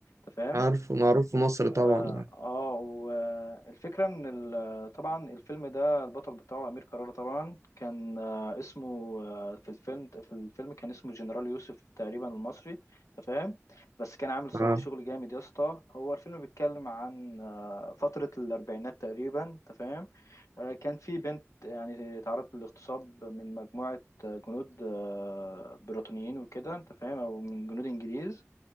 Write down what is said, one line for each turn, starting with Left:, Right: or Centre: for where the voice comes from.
Left: انت فاهم
Right: عارف معروف في مصر طبعا
Left: اه آه، والفكرة ان ال- طبعا الفيلم ده البطل بتاعه امير كرارة طبعا كان آه، اسمه آه، في الفيلم في الفيلم كان اسمه جنرال يوسف تقريبا المصري انت فاهم بس كان عامل صراحة
Right: آه
Left: شغل جامد يا اسطى هو الفيلم بيتكلم عن آه، فترة الاربعينات تقريبا انت فاهم آه، كان في بنت يعني تعرضت للاغتصاب من مجموعة آه، جنود آه، بريطانيين وكده انت فاهم او من جنود انجليز